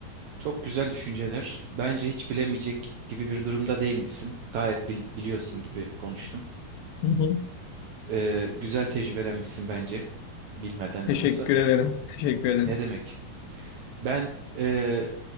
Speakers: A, on the right (about 75°); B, on the left (about 80°).
A: Çok güzel düşünceler. Bence hiç bilemeyecek gibi bir durumda değil misin? Gayet bil- biliyorsun gibi konuştun.
B: Hı hı.
A: Ee, güzel tecrübelenmişsin bence. Bilmeden
B: Teşekkür
A: de olsa.
B: ederim. Teşekkür ederim.
A: Ne demek? Ben e,